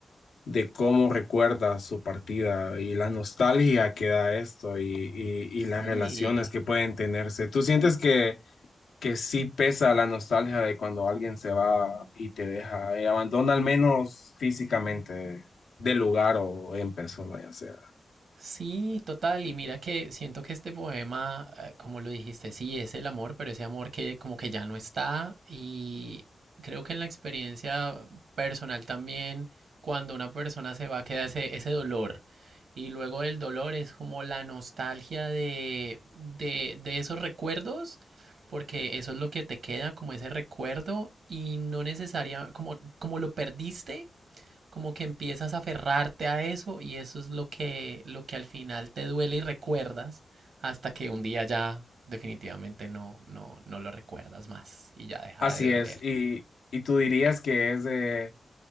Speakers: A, on the left; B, on the right.
A: de cómo recuerda su partida y la nostalgia que da esto y, y- y
B: Sí.
A: las relaciones que pueden tenerse. ¿Tú sientes que, que sí pesa la nostalgia de cuando alguien se va y te deja y abandona al menos físicamente del lugar o en persona, ya sea?
B: Sí, total. Y mira que siento que este poema, eh, como lo dijiste, sí es el amor, pero ese amor que como que ya no está. Y creo que en la experiencia personal también, cuando una persona se va, queda ese, ese dolor. Y luego del dolor es como la nostalgia de, de, de esos recuerdos, porque eso es lo que te queda, como ese recuerdo, y no necesaria, como, como lo perdiste como que empiezas a aferrarte a eso y eso es lo que, lo que al final te duele y recuerdas hasta que un día ya definitivamente no, no, no lo recuerdas más y ya deja
A: Así
B: de doler.
A: es. Y, y tú dirías que es de